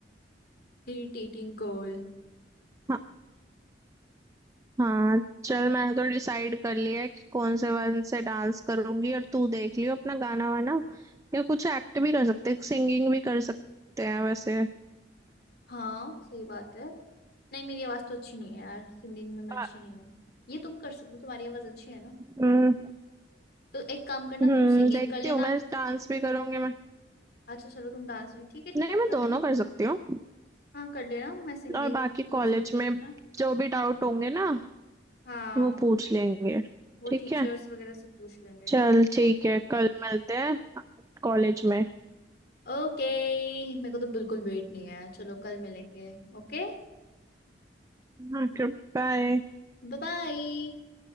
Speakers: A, on the left; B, on the right.
A: Irritating girl
B: हाँ हाँ चल मैंने तो डिसाइड कर लिया है कि कौन से वन से डांस करूंगी और तू देख लियो अपना गाना वाना या कुछ एक्ट भी कर सकते हैं सिंगिंग भी कर सकते हैं वैसे
A: हाँ सही बात है नहीं मेरी आवाज तो अच्छी नहीं है यार सिंगिंग में मैं
B: बा-
A: अच्छी नहीं हूँ ये तुम कर सकते हो तुम्हारी आवाज अच्छी है ना
B: हम्म
A: तो एक काम करना
B: हम्म
A: तुम सिंगिंग
B: देखती
A: कर लेना
B: हूँ मैं डांस भी करूंगी मैं
A: अच्छा चलो तुम डांस भी ठीक है ठीक
B: नहीं
A: है
B: मैं
A: कर
B: दोनों
A: लेना
B: कर सकती हूँ
A: हाँ कर लेना मैं सिंगिंग
B: और बाकी
A: तुम
B: कॉलेज
A: सिंगिंग
B: में
A: करना
B: जो भी डाउट होंगे ना
A: हाँ
B: वो पूछ लेंगे
A: वो
B: ठीक
A: टीचर्स
B: है
A: वगैरह से पूछ लेंगे
B: चल ठीक है कल मिलते हैं कॉलेज में
A: ओके मेरे को तो बिल्कुल वेट नहीं है चलो कल मिलेंगे Okay
B: हाँ बाय
A: bye bye